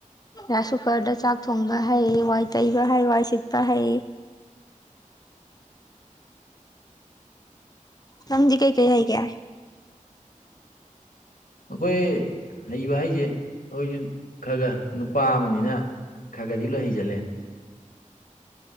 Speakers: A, on the left; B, on the left.
A: ꯌꯥ ꯁꯨꯄꯔꯗ ꯆꯥꯛ ꯊꯣꯡꯕ ꯍꯩ ꯋꯥꯏ ꯇꯩꯕ ꯍꯩ ꯋꯥꯏ ꯁꯤꯠꯄ ꯍꯩ ꯂꯝꯝꯗꯤ ꯀꯩꯀꯩ ꯍꯥꯏꯒꯦ
B: ꯑꯩꯈꯣꯏ ꯍꯩꯕ ꯍꯥꯏꯁꯦ ꯑꯩꯈꯣꯏꯁꯨ ꯈꯔ ꯈꯔ ꯅꯨꯄꯥ ꯑꯃꯅꯤꯅ ꯈꯒꯗꯤ ꯂꯣ ꯍꯩꯖꯂꯦ